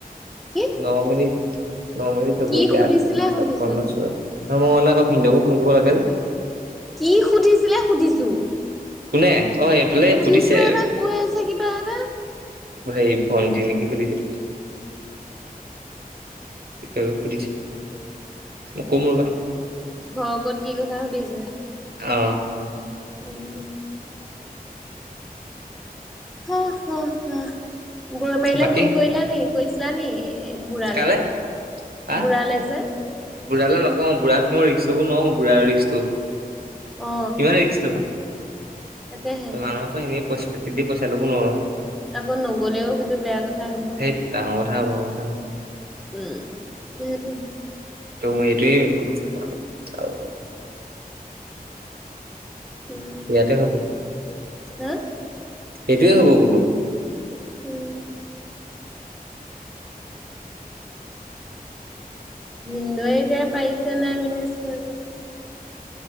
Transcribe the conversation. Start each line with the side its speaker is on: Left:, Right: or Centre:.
Centre: কি
Right: ন মিনিট ন মিনিট হব
Centre: কি
Right: এটিয়া
Centre: সুধিছিলে
Right: <unintelligible> ছপন্ন
Centre: সুধিছো
Right: <unintelligible> ভিন্দঙকো ফোনক কৰিব লাগে যে
Centre: কি সুধিছিলে সুধিছো
Right: কোনে অ এইফালে
Centre: সুধিছো
Right: সুধিছে
Centre: এটা কৈ আছে কিবা এটা
Right: হে ভণ্টি নেকি সুধিছে এক সুধিছে ম কমল বা
Centre: ঘৰ কত কি কথা সুধিছে
Right: অহ
Centre: উম গৰ মাৰিলে
Right: বাকী
Centre: ফোন কৰিলানে কৈছিলানে এই বুঢ়ালে
Right: কালে আহ
Centre: বুঢ়ালে যে
Right: বুঢ়ালৈ নকওঁ বুঢ়াক মোৰ ৰিক্সটোৰ নোৱাৰওঁ বুঢ়াৰ ৰিক্সটো কি
Centre: অ
Right: ভাল দেখিছো তো বা
Centre: তাকেহে
Right: মানুহৰ পৰা এনে পইচ ফাকি দি পইচা ল'ব নোৱাৰো
Centre: আকৌ নগলেও সেইটো বেয়া কথা হব
Right: সেই ডাঙৰ কথা হ'ব বুজিছানে
Centre: উম সটো
Right: ত মই এইটোৱেই <unintelligible>
Centre: উম
Right: ইয়াতে হব
Centre: হা
Right: সেইটোৱে হব বোলো
Centre: উম। ভিনদৈৱে এতিয়া পাৰিছে নাই মেনেজ কৰিবলৈ।